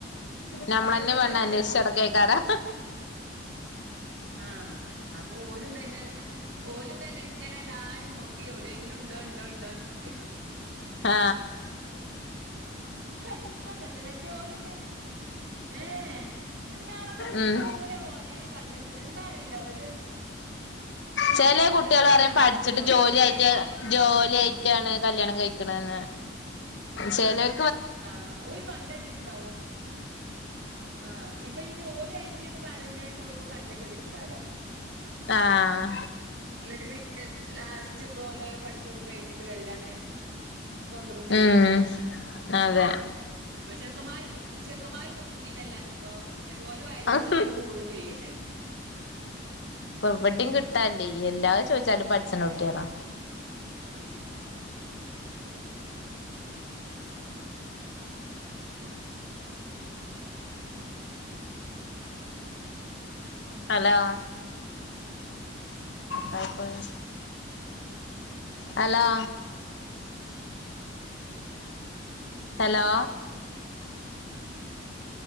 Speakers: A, on the left; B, on the right.
A: നമ്മളന്നെ
B: പണ്ടൊന്നും
A: വേണം അന്വേഷിച്ച് നടകയ്യ്ക്കാരം
B: ആഹ അപ്പൊ ഓലും തന്നെ ഓലും തന്നെ ഇങ്ങനെ എല്ലാരും നോക്കിഎവിടെയെങ്കിലും ഉണ്ടോ ഉണ്ടോ ഉണ്ടോന്ന് ചോയി
A: ആ
B: പെണ്ണുങ്ങളൊക്കെ ഉണ്ട് പക്ഷേ ഓലൊക്കെ ഏ പന്നാളൊക്കെണ്ട്
A: ഉം
B: പക്ഷെ ഓലെ ഓലേനെ കണ്ടച്ചിട്ട എന്താ അറിയില്ല ഓല്
A: ചെല കുട്ടികള്
B: അല്ലെങ്കി
A: പറയും
B: കണ്ടച്ചതോ
A: പഠിച്ചിട്ട്
B: അങ്ങനെ
A: ജോലിയായിട്ട്
B: എന്തേയ്ക്കാരം
A: ജോലിയായിട്ടാണ് കല്യാണം കഴിക്കണ്ന്ന് ചെലർ
B: ആഹ് ഒല് കണ്ട്വെച്ചിട്ടുണ്ടാവും ആഹ് ഇപ്പൊ ഈ ജോലിയായിട്ട് <unintelligible> ഇത് കണ്ട് <unintelligible>
A: ആഹ്
B: എന്നിട്ട് പിന്നെ ലാസ്റ്റ് ഒലെ പഠിപ്പൊക്കെ കഴിഞ്ഞിട്ട് വല്ലാണ്ട് കൊണ്ടറും ചെയ്യും
A: ഉം അതെ
B: ഇനിപ്പ ചെക്കന്മാര് ചെക്കന്മാര് കുടുങ്ങിയതല്ലാ അപ്പോ ഇങ്ങനെ ഒലെ വയസ്സ്
A: ആഹ്
B: ഇങ്ങനെ കൂടെയും ചെയ്യല്ലേ
A: എവിടെയും കിട്ടാനില്ലേ എല്ലാം ചോയിച്ചാലും പഠിച്ചണ കുട്ടിയോളാ ഹലോ കട്ടായിപ്പോയാ ഹലോ ഹലോ